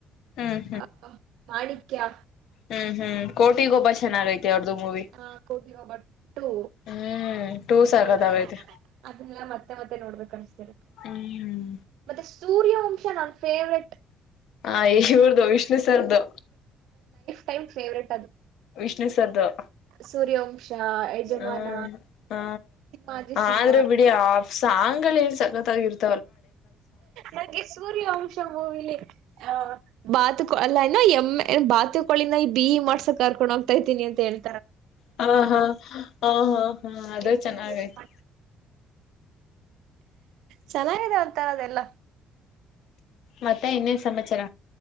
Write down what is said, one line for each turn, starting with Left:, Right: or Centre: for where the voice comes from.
Left: ಹ್ಮ್
Right: ಹ ಮಾಣಿಕ್ಯಾ
Left: ಹ್ಮ ಹ್ಮ್ ಕೋಟಿಗೊಬ್ಬ ಚೆನ್ನಾಗೈತೆ ಅವ್ರದು ಮೂವಿ
Right: ಹ ಕೋಟಿ ಹಬಟ್ಟು
Left: ಹ್ಮ್ ಟೂ ಸಕತ್ತಾಗೈತೆ
Right: ಅಲ್ಲ ಅದಲ್ಲ ಮತ್ತೆ ಮತ್ತೆ ನೋಡ್ಬೇಕ ಅನ್ಸ್ತಿರುತ್ತೆ
Left: ಹ್ಮ್
Right: ಮತ್ತೆ ಸೂರ್ಯವಂಶ ನನ್ ಫೇವ್ರೇಟ್
Left: ಹಾ ಯಶೂರ್ದು ವಿಷ್ಣು ಸರ್ದುು
Right: ಟೈಮ ಫೇವ್ರೇಟ್ ಅದು
Left: ವಿಷ್ಣು ಸರ್ದು
Right: ಸೂರ್ಯವಂಶ ಯಜಮಾನ
Left: ಹ ಹ
Right: ಸಿಂಹಾದ್ರಿ ಸಿಂಹ
Left: ಆದ್ರೆ ಬಿಡಿ ಆ ಸಾಂಗ್ಗಲೇನ್ ಸಕತಾಗಿರ್ತಾವ್
Right: ನಂಗೆ ಸೂರ್ಯವಂಶ ಮೂವಿಲಿ ಹ ಬಾತು ಕೊ ಅಲ್ಲ ಅಣ್ಣ ಎಮ್ಮೆ ಬಾತುಕೋಳಿನ ಬಿ ಈ ಮಾಡ್ಸಕ್ ಕರ್ಕೊಂಡು ಹೋಗ್ತಾ ಇದತೀನಿ ಅಂತ ಹೇಳಿ
Left: ಹ ಹಾ ಹ ಹಾ ಹಾ ಅದು
Right: ಎಂ ಬಿ
Left: ಚೆನ್ನಾಗೈತೆ
Right: ಬಿ ಎಸ್ ಚೆನ್ನಾಗಿದೆ ಒಂತರ ಅದೆಲ್ಲ
Left: ಮತ್ತೆ ಇನ್ನೇನ್ ಸಮಾಚಾರ